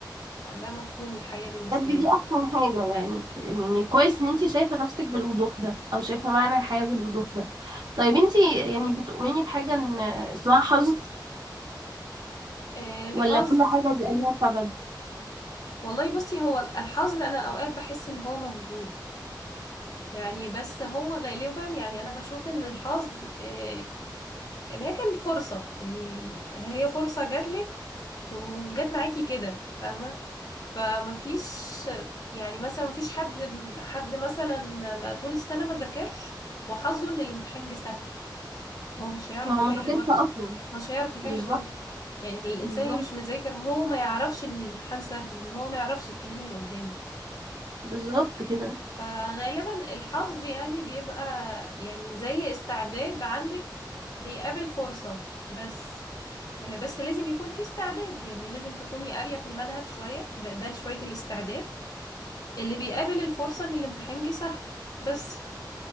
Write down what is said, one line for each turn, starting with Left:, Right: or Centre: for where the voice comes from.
Left: ده مفهوم الحياة بالنسبة
Right: بجد دي
Left: لي
Right: احسن حاجه يعني يعني كويس ان انت شايفه نفسك بالوضوح ده او شايفه معنى الحياه بالوضوح ده طيب انت يعني بتؤمني بحاجه ان اسمها حظ
Left: آه، الحظ
Right: ولا كل حاجه بيبقى ليها سبب
Left: والله بصي هو الحظ أنا أوقات بحس إن هو موجود يعني بس هو غالبا يعني أنا بشوف إن الحظ آه، يعني هي كانت فرصة يعني هي فرصة جاتلك وجات معاكي كده فاهمة فما فيش يعني مثلا ما فيش حد حد مثلا ما طول السنة ما ذاكرش وحظه ان الامتحان جه سهل هو مش هيعرف
Right: ما
Left: يحل
Right: هو ما ذاكرش
Left: برضه
Right: اصلا
Left: مش هيعرف يحل
Right: بالظبط
Left: برضه يعني الانسان
Right: بالظبط
Left: اللي مش مذاكر هو ما يعرفش ان الامتحان سهل ان هو ما يعرفش الكلام اللي قدامه
Right: بالظبط كده
Left: فغالبا الحظ يعني بيبقى يعني زي استعداد عندك بيقابل فرصة بس آه، بس لازم يكون في استعداد يعني لازم تكوني قارية في المنهج شوية ده ده شوية الاستعداد اللي بيقابل الفرصة ان الامتحان جه سهل بس